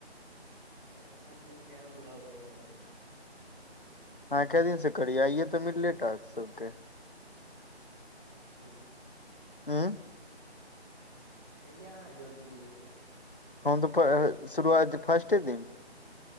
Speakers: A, on the right; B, on the left.
A: चारि पाँच दिन टाइम लगै हय
B: अहां क्या दिन से करिय आइये तऽ मिललै यै सबके
A: हू
B: हँ
A: कहिया अहाँ जोड़लियै से
B: हम तऽ शुरुआत फर्स्टे दिन